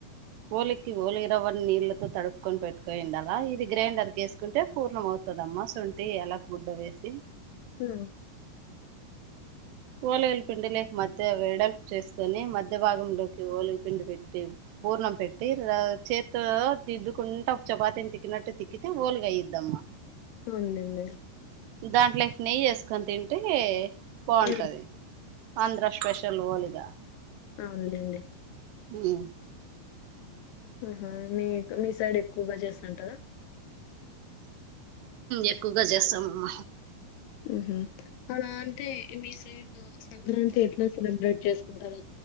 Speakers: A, on the right; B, on the left.
A: ఓలికి ోలి రవ్వ నీళ్ళతో తడుపుకొని పెట్టుకోయింది అలా ఇది గ్రైండర్ క వేసుకుంటే పూర్ణం అవుతుదమ్మా సొంటిి ఎలా గుడ్డ వేసి
B: ఉమ్
A: ఓలగుల పిండి లేక మధ్య వెడల్పు చేసుకొని మధ్య భాగంలోకి ఓలిగు పిండి పెట్టి పూర్ణం పెట్టి చేతి దిద్దుకుంటూ చపాతని తిక్కినట్టు తిక్కితే ఓలుగ అయ్యద్దమ్మా
B: అవునలేడి
A: దాంట్లోకి నె్యి చేసుకొని తింటే పోన్
B: హ్మ్
A: ఆంధ్ర స్పెషల్ హోలిగా
B: ఆ ఉందిడి
A: ఉమ్
B: ఆహా మీ మీ సైడ్ ఎక్కువగా చేస్తుంటారా
A: ఎక్కువగా చేస్తాంమ్మ
B: ఉహ అలా అంటే మీ సైడ్ సంక్రాంతి ఎట్లా సెలబ్రేట్ చేస్త అంట